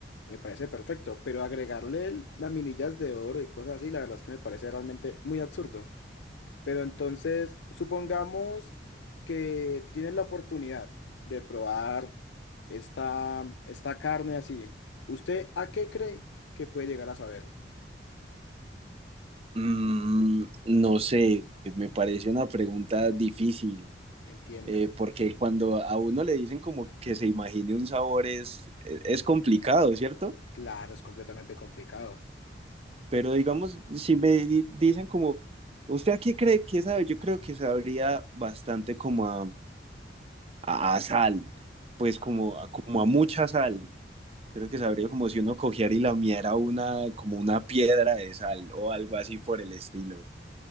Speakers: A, on the left; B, on the right.
A: me parece perfecto. Pero agregarle el- laminillas de oro y cosas así, la verdad es que me parece realmente muy absurdo. Pero entonces, supongamos que tienes la oportunidad de probar esta, esta carne así. ¿Usted a qué cree que puede llegar a saber?
B: Mm, no sé, me parece una pregunta difícil,
A: Entiendo.
B: eh, porque cuando a uno le dicen como que se imagine un sabor es, es complicado, ¿cierto?
A: Claro, es completamente complicado.
B: Pero digamos, si me di- dicen como, ¿usted a qué cree que sabe? Yo creo que sabría bastante como a, a- a sal, pues como, a- como a mucha sal. Creo que sabría como si uno cogiera y lamiera una, como una piedra de sal o algo así por el estilo.